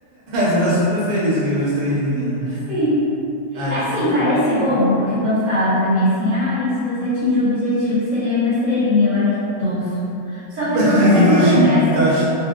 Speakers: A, on the right (about 45°); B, on the right (about 80°).
A: Ficou super feliz que eu estrelinha, né?
B: Sim.
A: Ah,
B: Assim,
A: tem que ficar
B: parece
A: mesmo.
B: bobo, porque quando falaram pra mim assim, ah, e se você atingir o objetivo, você ganha uma estrelinha. Eu, ai, que tosco. Só
A: <laughs>
B: que todo mundo
A: Que quando
B: começa.
A: a gente tá, ach-